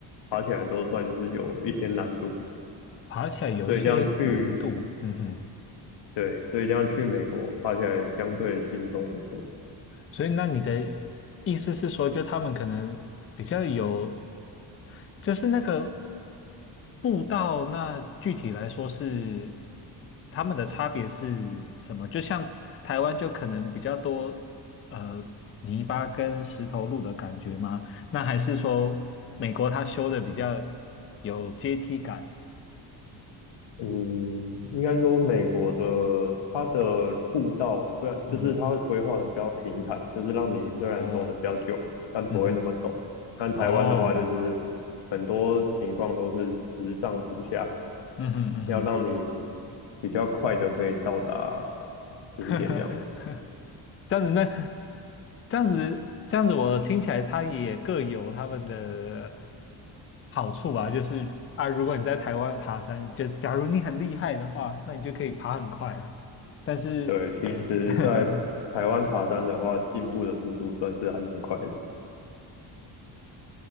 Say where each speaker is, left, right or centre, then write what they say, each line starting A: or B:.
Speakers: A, on the left; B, on the left.
A: 爬起来都算是有一些难度，
B: 爬起来有一些难度，
A: 所以这样去，
B: 嗯哼。
A: 对，所以这样去美国爬起来相对轻松很多。
B: 所以，那你的意思是说，就他们可能比较有，就是那个步道，那具体来说是他们的差别是什么？就像台湾就可能比较多呃泥巴跟石头路的感觉吗？那还是说美国它修的比较有阶梯感？
A: 嗯，应该说美国的它的步道虽然就是它会规划的比较平坦，
B: 嗯，
A: 就是让你虽然走的比较久，
B: 哦，
A: 但不会那么陡。
B: 嗯哼，
A: 但台湾的话，
B: 哦，
A: 就是很多情况都是直上直下，
B: 嗯哼，嗯
A: 要让你比较快的可以到达顶点这样子。
B: 哼。<laughs> 这样子那 <laughs> 这样子这样子，我听起来它也各有他们的好处吧。就是啊，如果你在台湾爬山，就假如你很厉害的话，那你就可以爬很快啊。但是，
A: 对，其实在爬台湾爬山的话，
B: <laughs>
A: 进步的速度算是还蛮快的。